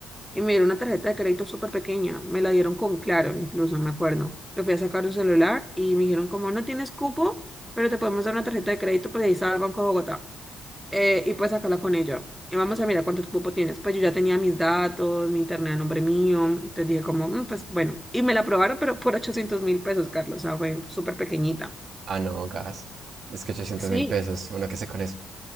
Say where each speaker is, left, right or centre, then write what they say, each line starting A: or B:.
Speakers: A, in the centre; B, on the right.
A: Y me dieron una tarjeta de crédito súper pequeña. Me la dieron con Claro, incluso, me acuerdo. Yo fui a sacar un celular y me dijeron como, no tienes cupo, pero te podemos dar una tarjeta de crédito, pues ahí estaba el Banco de Bogotá. eh, y puedes sacarla con ella. Y vamos a mirar cuánto cupo tienes. Pues yo ya tenía mis datos, mi internet a nombre mío. Entonces dije como, "Mm, pues bueno. Y me la aprobaron, pero por ochocientos mil pesos, Carlos. O sea, fue súper pequeñita.
B: ah, no, gas. Es que ochocientos
A: Sí,
B: mil pesos, uno que sé con eso.